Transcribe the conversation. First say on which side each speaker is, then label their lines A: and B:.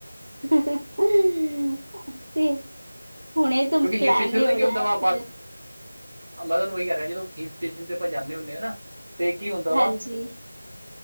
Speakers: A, on the right (about 85°); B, on the right (about 30°).
A: ਹਾਂ-ਹਾਂ, ਹਾਂ, ਤੇ ਹੁਣੇ ਤੁਮ
B: ਕਿਉਂਕਿ ਹਿਲ
A: ਪਲੈਨ
B: ਸਟੇਸ਼ਨ
A: ਨਹੀਂ
B: ਪਤਾ
A: ਹੋਣਾ
B: ਕੀ ਹੁੰਦਾ
A: ਓਥੇ
B: ਵਾ ਬੱਸ
A: ਦੇ।
B: ਮੈਂ ਤੁਹਾਨੂੰ ਓਹੀ ਕਹਿ ਰਿਹਾ, ਜਦੋਂ ਹਿਲ ਸਟੇਸ਼ਨ ਤੇ ਆਪਾਂ ਜਾਂਦੇ ਹੁੰਦੇ ਹਾਂ ਨਾ। ਤੇ ਕੀ ਹੁੰਦਾ
A: ਹਾਂਜੀ।
B: ਵਾ